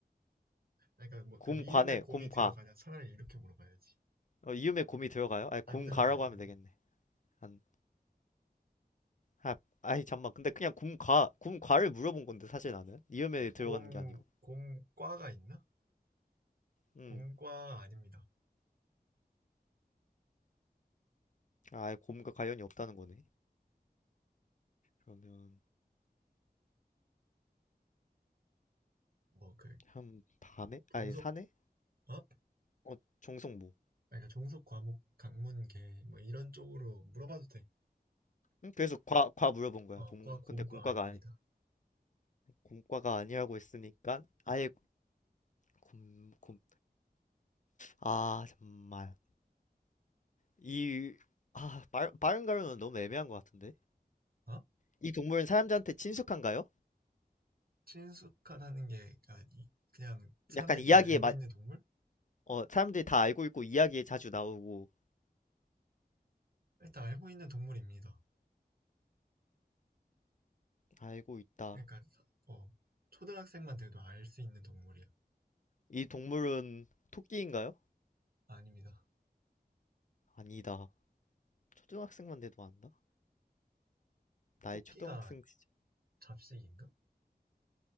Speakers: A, on the right (about 65°); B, on the left (about 50°).
A: 그러니까 뭐
B: 곰과네,
A: 그럼 이름에 곰이
B: 곰과.
A: 들어가냐? 차라리 이렇게 물어봐야지.
B: 어, 이음에 곰이 들어가요? 아니 곰과라고
A: 안 들어가 이름에.
B: 하면 되겠네. 안, 아, 아이 잠만. 근데 그냥 곰과, 곰과를 물어본 건데 사실 나는 이음에
A: 아,
B: 들어가는
A: 곰
B: 게 아니고.
A: 곰과가 있나?
B: 음,
A: 곰과 아닙니다.
B: 아, 아예 곰과 관련이 없다는 거네. 그러면
A: 뭐 그
B: 한 밤에?
A: 종속
B: 아니 산에?
A: 어?
B: 어, 정성모.
A: 그러니까 종속 과목 강문계 뭐 이런 쪽으로 물어봐도 돼.
B: 응? 그래서 과, 과 물어본 거야.
A: 어,
B: 공,
A: 과 곰과
B: 근데 공과가
A: 아닙니다.
B: 아니, 공과가 아니라고 했으니까 아예 곰, 곰, 아 정말 이, 아 빠, 빠른 가루는 너무 애매한 것 같은데.
A: 어?
B: 이 동물은 사람들한테 친숙한가요?
A: 친숙하다는 게 아, 이- 그냥 사람들이
B: 약간 이야기에
A: 다 알고
B: 마,
A: 있는 동물?
B: 어 사람들이 다 알고 있고 이야기에 자주 나오고
A: 일단 알고 있는 동물입니다.
B: 알고 있다.
A: 그러니까 어, 초등학생만 돼도 알 수 있는 동물이야.
B: 이 동물은 토끼인가요?
A: 아닙니다.
B: 아니다. 초등학생만 돼도 안다? 나의
A: 토끼가
B: 초등학생 시절
A: 잡식인가?